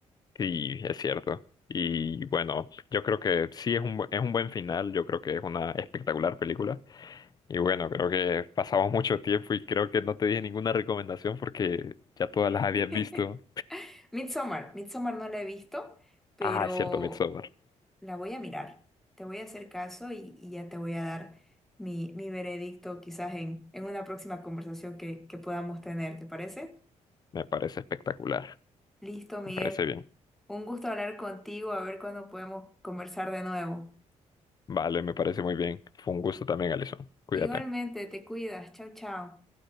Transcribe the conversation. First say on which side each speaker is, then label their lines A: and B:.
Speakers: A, on the left (about 35°); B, in the centre.
A: Sí, es cierto. Y bueno, yo creo que sí es un, bu- es un buen final, yo creo que es una espectacular película. Y bueno, creo que pasamos mucho tiempo y creo que no te dije ninguna recomendación porque ya todas las habías
B: <laughs>
A: visto.
B: Midsommar, Midsommar no la he visto, pero
A: Ah, es cierto, Midsommar.
B: la voy a mirar. Te voy a hacer caso y, y ya te voy a dar mi, mi veredicto quizás en, en una próxima conversación que, que podamos tener, ¿te parece?
A: Me parece espectacular,
B: Listo, Miguel.
A: me parece bien.
B: Un gusto hablar contigo, a ver cuándo podemos conversar de nuevo.
A: Vale, me parece muy bien. Fue un gusto también, Alison. Cuídate.
B: Igualmente, te cuidas. Chao, chao.